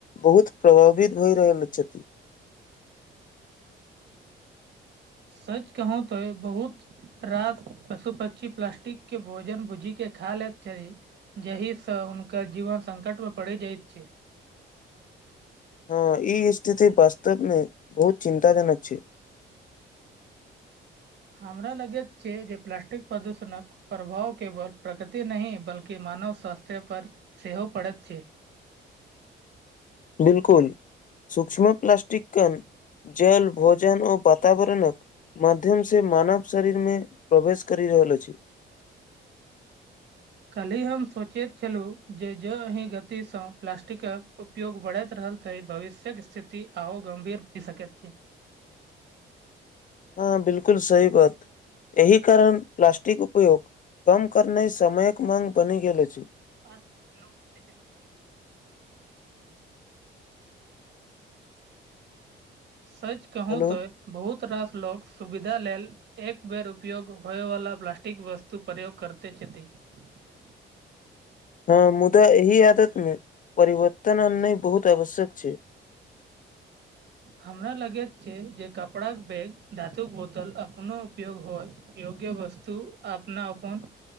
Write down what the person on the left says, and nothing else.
बहुत प्रभावित भए रहल छथि।
हँ ई स्थिति वास्तव मे बहुत चिन्ताजनक छैय।
बिलकुल सूक्ष्म प्लास्टिक कन जल भोजन ओ बातावरणक माध्यम से मानव शरीर मे प्रवेश करि रहल अछि।
हँ बिल्कुल सही बात। एहि कारण प्लास्टिक उपयोग कम करनाइ समयक माँग बनि गेल अछि।
हेलो
ह मुदा एहि आदत मे परिवर्तन आननाइ बहुत आवश्यक छै